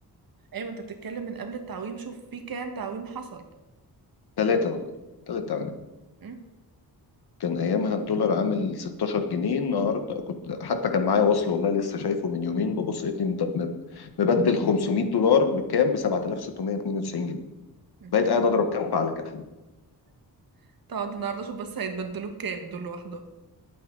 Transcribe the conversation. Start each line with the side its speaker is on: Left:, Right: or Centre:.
Right: ما انت بتتكلم من قبل التعويم شوف في كام تعويم حصل
Left: ثلاثه والله ثلاثه
Right: م?
Left: كان ايامها الدولار عامل 16 جنيه النهارده كنت حتى كان معايا وصل والله لسه شايفه من يومين ببص لقيتني مد- مب- مبدل 500 دولار بكام ب 7692 جنيه
Right: م.
Left: بقيت قاعد اضرب كف على كف
Right: <laughs> تقعد النهارده شوف بس هيتبدلوا بكام دول لوحدهم